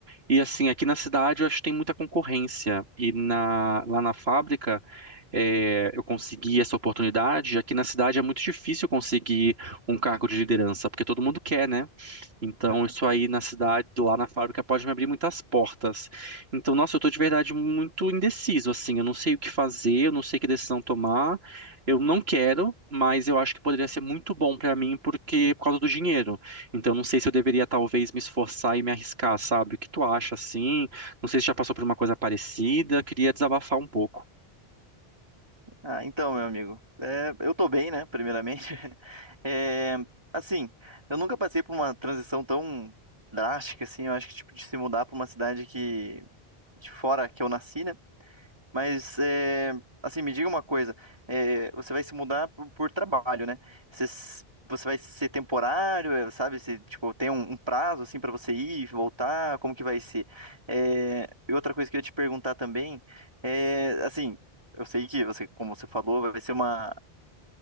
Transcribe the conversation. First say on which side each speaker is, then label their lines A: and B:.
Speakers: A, on the right; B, on the right.
A: e assim, aqui na cidade eu acho que tem muita concorrência, e na, lá na fábrica é, eu consegui essa oportunidade, aqui na cidade é muito difícil conseguir um cargo de liderança, porque todo mundo quer, né? Então,
B: aham.
A: isso aí na cidade, lá na fábrica, pode me abrir muitas portas. Então, nossa, eu tô de verdade muito indeciso, assim. Eu não sei o que fazer, eu não sei que decisão tomar. Eu não quero, mas eu acho que poderia ser muito bom pra mim porque é por causa do dinheiro. Então, não sei se eu deveria talvez me esforçar e me arriscar, sabe? O que tu acha, assim? Não sei se já passou por uma coisa parecida. Queria desabafar um pouco.
B: Ah, então, meu amigo, é, eu tô bem, né? Primeiramente, <laughs> É, assim, eu nunca passei por uma transição tão drástica, assim. Eu acho que tipo de se mudar pra uma cidade que de fora que eu nasci, né? Mas, é, assim, me diga uma coisa. é, você vai se mudar por, por trabalho, né? Você, s- você vai ser temporário, é, sabe? Se, tipo, tem um, um prazo, assim, para você ir e voltar? Como que vai ser? É, e outra coisa que eu ia te perguntar também é, assim, eu sei que você, como você falou, vai ser uma,